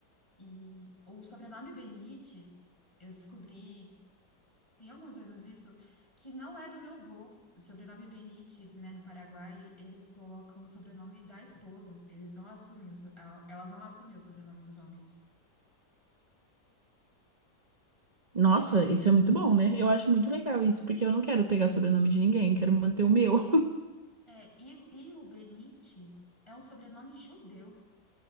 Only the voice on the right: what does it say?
nossa, isso é muito bom, né? Eu acho muito legal isso, porque eu não quero pegar sobrenome de ninguém, quero manter o meu.